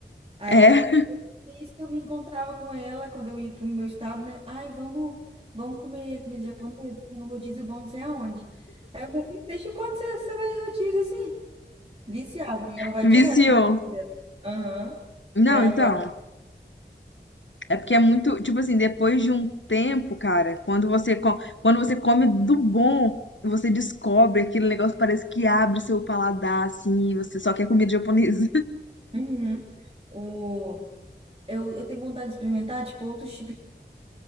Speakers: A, on the right; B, on the left.
A: Aí,
B: É,
A: isso que eu me encontrava com ela quando eu ia para o meu estado, né? Ai, vamos, vamos comer comida japonesa, tem um rodízio bom não sei aonde. Aí eu falei, deixa quando você, você vai em rodízio assim. Viciada, e
B: <laughs>
A: ela vai
B: viciou.
A: direto com o namorado dela. Aham.
B: Não,
A: Aí ela
B: então,
A: vai.
B: é porque é muito, tipo assim, depois de um tempo, cara, quando você, co- quando você come do bom, você descobre aquele negócio, parece que abre seu paladar, assim, e você só quer comida japonesa.
A: Uhum. O... Eu, eu tenho vontade de experimentar, tipo, outros tipos.